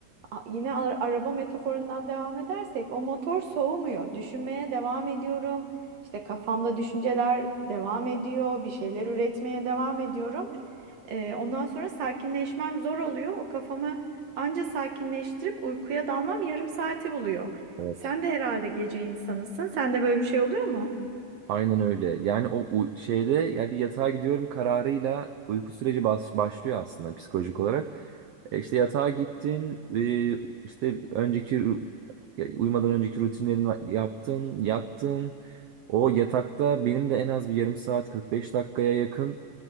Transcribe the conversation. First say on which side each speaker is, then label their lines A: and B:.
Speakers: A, on the right; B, on the right.
A: A- Yine ara- araba metaforundan devam edersek o motor soğumuyor. Düşünmeye devam ediyorum. İşte kafamda düşünceler devam ediyor. Bir şeyler üretmeye devam ediyorum. Ee, ondan sonra sakinleşmem zor oluyor. O kafamı anca sakinleştirip uykuya dalmam yarım saati buluyor.
B: Evet.
A: Sen de herhalde gece insanısın. Sende böyle bir şey oluyor mu?
B: Aynen öyle. Yani o u- şeyde yani yatağa gidiyorum kararıyla uyku süreci bas- başlıyor aslında psikolojik olarak. E işte yatağa gittin, e, işte önceki ru- ya uyumadan önceki rutinlerini va- yaptın, yattın. O yatakta benim de en az bir yarım saat 45 dakikaya yakın